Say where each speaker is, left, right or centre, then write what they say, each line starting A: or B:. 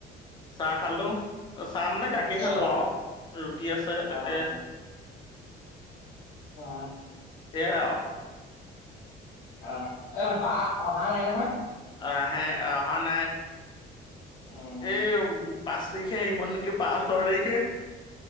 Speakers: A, on the left (about 25°); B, on the left (about 80°).
A: চাহ খালো চাহ মানে গাখীৰ খালো
B: অ
A: আৰু ৰুটি আছে তাকে।
B: অ অ অঁ
A: সেইয়া আৰু।
B: অঁ এ বা অহা নাই নহয়!
A: আহ আহে অহা নাই।
B: উম
A: এই পাঁচ, তাৰিখে আহব নেকি পাঁচ, ছয় তাৰিখে